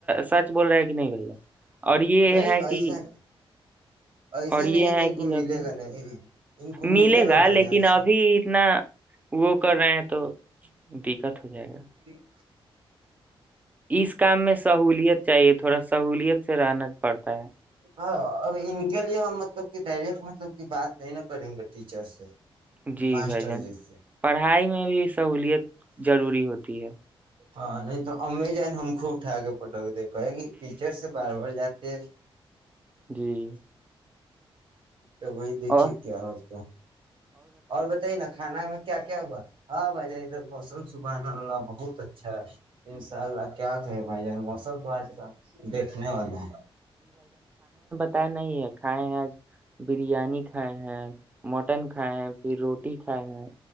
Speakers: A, on the right; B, on the right.
A: سچ بول رہا ہے کہ نہیں بھائی <unintelligible> اور یہ
B: نہیں
A: ہے
B: ایسا
A: کہ
B: ایسا
A: اور یہ
B: نہیں ہے کہ ان کو ملے
A: ابھی
B: گا نہیں ان کو
A: ملے گا
B: بھائی
A: لیکن
B: جان سے
A: ابھی
B: پھر
A: اتنا وہ کر رہے ہیں تو <unintelligible> دقت ہو جائے گا <inaudible>
B: و <inaudible>
A: اس کام میں سہوولت چاہیے تھوڑا سہولیت سے <unintelligible> رہنا پڑتا ہے
B: ہاں ا ان کے لیے ہم مطلب کہ ڈائریکٹ مطلب بات نہیں ن کریں گے ٹیچر سے <unintelligible>
A: جی
B: ماسٹر
A: بھائی جان
B: جی سے
A: پڑھائی میں بھی سہولت ضروری ہوتی ہے
B: ہاں نہیں تو ام جائ ہم خوب ٹا گے پٹک دیک کہے گی ٹیچر سے بار بار جات ج <inaudible>
A: جی <unintelligible>
B: توب وہیں دیکھیے
A: اور
B: کیا ہوتا اور بتائیے نا کھانا میں کیا کیا ہوا ہاں بھائی جان ادھر موسم سبحانا بہت اچھا ہے ان شاء اللہ کیا کہے بھائی جان موسم تو آج کا دیکھنے والا ہے
A: پتا نہیں ہے کھائے ہیں آج بریانی کھائے ہیں مٹن کھائے ہیں پھر روٹی کھائے ہیں